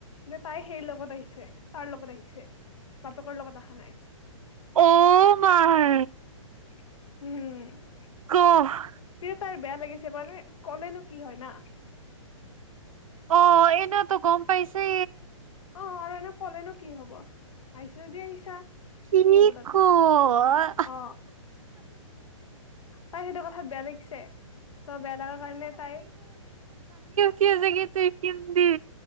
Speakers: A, on the left; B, on the right.
A: যে তাই হেই লগ লগত আহিছে, তাৰ লগত আহিছে, বাপেকৰ লগত অহা নাই।
B: এই মাৰ
A: উম
B: ক
A: তাৰ বেয়া লাগিছে মানে ক'লেনো কি হয় না?
B: অ' এনেটো গম পাইছে।
A: অ' আৰু এনে কলে ন কি হব? আহিছো যদি আহিছা।
B: কি
A: হব তাতে
B: কয়
A: অ তাই সেইটো কথাত বেয়া লাগিছে। ত বেয়া লগাৰ কাৰণে তাই
B: তি জোগেতেই পিন্ধ